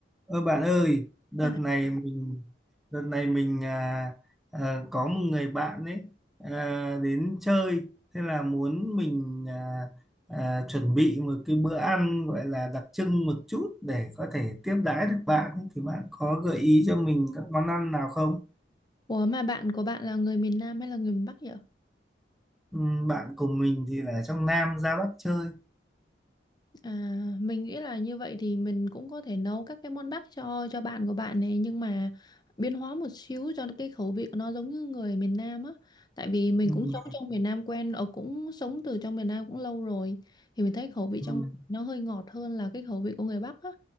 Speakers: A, in the centre; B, on the left.
A: Ơ bạn ơi, đợt
B: Ờ,
A: này mình đợt này mình à, à, có một người bạn ấy à, đến chơi thế là muốn mình à, à, chuẩn bị một cái bữa ăn gọi là đặc trưng một chút để có thể tiếp đãi được bạn ấy. Thì bạn có gợi ý cho mình các món ăn nào không?
B: Ủa mà bạn của bạn là người miền Nam hay là người miền Bắc vậy?
A: Ừm, bạn cùng mình thì là trong Nam ra Bắc chơi.
B: À, mình nghĩ là như vậy thì mình cũng có thể nấu các cái món Bắc cho cho bạn của bạn này nhưng mà biến hóa một xíu cho cái khẩu vị của nó giống như người miền Nam á. Tại vì mình
A: Ừ,
B: cũng sống trong miền Nam quen, ở cũng sống từ trong miền Nam cũng lâu rồi thì mình thấy khẩu vị
A: ừ,
B: trong nó hơi ngọt hơn là cái khẩu vị của người Bắc á.